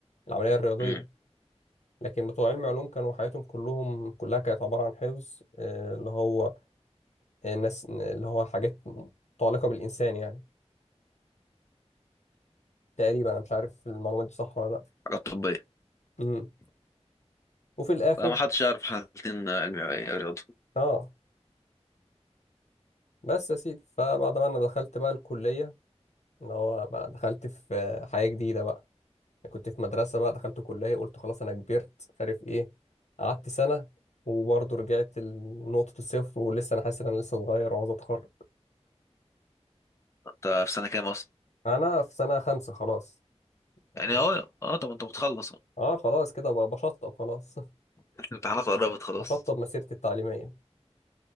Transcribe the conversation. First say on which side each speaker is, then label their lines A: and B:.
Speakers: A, on the left (about 85°); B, on the left (about 25°).
A: العمليه الرياضيه
B: امم
A: لكن بتوع علم علوم كانوا حياتهم كلهم كلها كانت عبارة عن حفظ آه، اللي هو آه، الناس اللي هو حاجات متعلقة بالإنسان يعني تقريبا أنا مش عارف المعلومات دي صح ولا لأ
B: حاجات طبية
A: مم. وفي الآخر
B: لا ما حدش يعرف حالتين علمي أو إيه، رياضة
A: اه بس يا سيدي فبعد ما أنا دخلت بقى الكلية اللي هو بقى دخلت في آه، حياة جديدة بقى كنت في مدرسة بقى دخلت كلية قلت خلاص أنا كبرت مش عارف إيه قعدت سنة وبرضه رجعت لنقطة الصفر ولسه أنا حاسس إن أنا لسه صغير وعاوز أتخرج
B: انت في سنة كام أصلا
A: أنا في سنة خمسة خلاص يعني
B: يعني اه اه طب انت بتخلص أهو.
A: اه خلاص كده بقى بشطب خلاص
B: الامتحانات قربت خلاص
A: <laughs> بشطب مسيرتي التعليمية